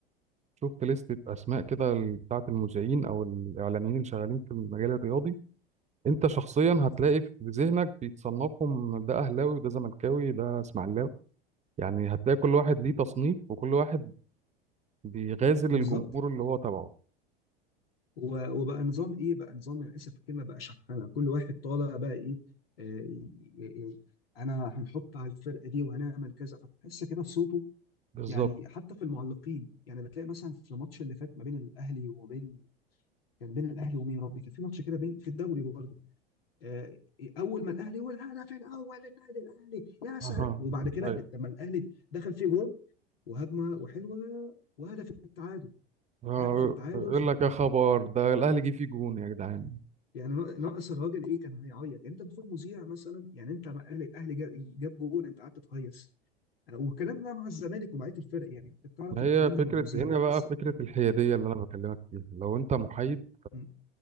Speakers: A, on the right; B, on the left.
A: شفت لستة اسماء كده ال- بتاعه المذيعين او الاعلاميين اللي شغالين في المجال الرياضي انت شخصيا هتلاقي في ذهنك بيتصنفهم ده اهلاوي وده زملكاوي ده اسماعيلاوي يعني هتلاقي كل واحد ليه تصنيف وكل واحد بيغازل
B: بالظبط
A: الجمهور اللي هو تبعه
B: و- وبقى نظام ايه بقى نظام انا اسف في الكلمه بقى شحنه كل واحد طالع بقى ايه آه، ي- ي- ي- انا هنحط على الفرقه دي وهنعمل كذا فتحس كده في صوته
A: بالظبط
B: يعني حتى في المعلقين يعني بتلاقي مثلا في الماتش اللي فات ما بين الاهلي وبين كان بين الاهلي ومين يا ربي كان في ماتش كده بين في الدوري برضه آه، اول ما الاهلي والهدف الاول للنادي الاهلي يا سعد
A: اها
B: وبعد كده
A: ايوه
B: لما الاهلي دخل فيه جول وهجمه وحلوه وهدف التعادل
A: آه،
B: هدف التعادل
A: يقول
B: في الدقيقه
A: لك يا
B: يعني
A: خبر ده الاهلي جه فيه جون يا جدعان
B: يعني نا- ناقص الراجل ايه كان هيعيط يعني انت المفروض مذيع مثلا يعني انت مع الاهلي الاهلي جا- جاب جول انت قعدت تهيص آه، والكلام ده مع الزمالك ومع بقيه الفرق يعني انت بتعرف
A: ما
B: الكلام
A: هي فكره
B: ده من المذيع
A: هنا
B: بتحس
A: بقى فكره الحياديه اللي انا بكلمك فيها لو انت محايد
B: م-